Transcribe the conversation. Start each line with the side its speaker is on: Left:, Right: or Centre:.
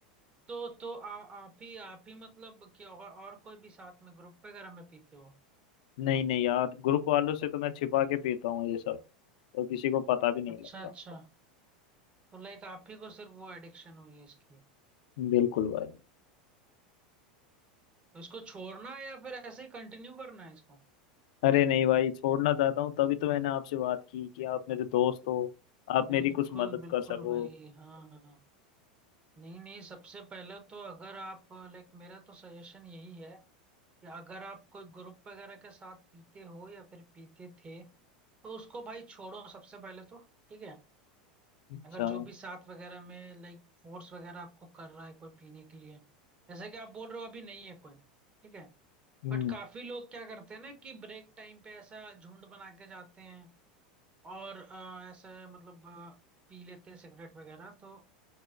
Right: तो तो आ, आप ही आप ही मतलब कि और और कोई भी साथ में ग्रुप वगैरह में पीते हो
Left: नहीं नहीं यार ग्रुप वालों से तो मैं छिपा के पीता हूँ ये सब तो किसी को पता भी नहीं
Right: अच्छा
Left: लगता
Right: अच्छा तो लाइक आप ही को सिर्फ वो एडिक्शन हुई है इसकी
Left: बिल्कुल भाई
Right: तो इसको छोड़ना है या फिर ऐसे ही कंटिन्यू करना है इसको
Left: अरे नहीं भाई छोड़ना चाहता हूँ तभी तो मैंने आपसे बात की कि आप मेरे दोस्त हो आप
Right: बिल्कुल
Left: मेरी कुछ मदद
Right: बिल्कुल
Left: कर सको
Right: भाई हाँ हाँ नहीं नहीं सबसे पहले तो अगर आप लाइक मेरा तो सजेशन यही है कि अगर आप कोई ग्रुप वगैरह के साथ पीते हो या फिर पीते थे तो उसको भाई छोड़ो सबसे पहले तो ठीक है
Left: अच्छा
Right: अगर जो भी साथ वगैरह में लाइक फोर्स वगैरह आपको कर रहा है कोई पीने के लिए जैसे कि आप बोल रहे हो अभी नहीं है कोई ठीक है
Left: हम्म
Right: बट काफी लोग क्या करते हैं ना कि ब्रेक टाइम पे ऐसा झुंड बना के जाते हैं और अ, ऐसे मतलब अ, पी लेते हैं सिगरेट वगैरह तो